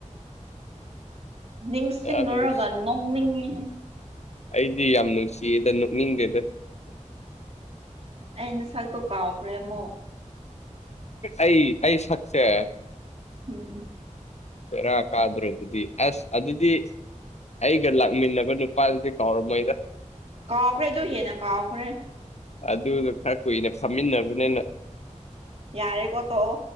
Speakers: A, on the right; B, on the left.
A: ꯅꯤꯡꯁꯤꯡꯉꯨꯔꯒ
B: ꯌꯥꯝ ꯅꯨꯡꯁꯤ
A: ꯅꯣꯛꯅꯤꯡꯉꯤꯍꯦ ꯫
B: ꯑꯩꯗꯤ ꯌꯥꯝ ꯅꯨꯡꯁꯤꯌꯦꯗ ꯅꯣꯛꯅꯤꯡꯗꯦꯗ꯫
A: ꯑꯩ ꯅꯁꯛꯇꯣ ꯀꯥꯎꯈ꯭ꯔꯦ ꯑꯃꯨꯛ꯫
B: ꯑꯩ ꯑꯩ ꯁꯛꯁꯦ
A: ꯎꯝ
B: ꯕꯦꯔꯥ ꯀꯥꯗꯔꯣ ꯑꯗꯨꯗꯤ ꯑꯁ ꯑꯗꯨꯗꯤ꯫ ꯑꯩꯒ ꯂꯥꯛꯃꯤꯟꯅꯕ ꯅꯨꯄꯥꯗꯨꯗꯤ ꯀꯥꯎꯔꯝꯃꯣꯏꯗ꯫
A: ꯀꯥꯎꯈ꯭ꯔꯦ ꯑꯗꯨ ꯍꯦꯟꯅ ꯀꯥꯎꯈ꯭ꯔꯦ
B: ꯑꯗꯨꯗꯣ ꯈꯔ ꯀꯨꯏꯅ ꯐꯝꯃꯤꯟꯅꯕꯅꯤꯅ꯫
A: ꯌꯥꯔꯦꯀꯣ ꯇꯣꯛꯑꯣ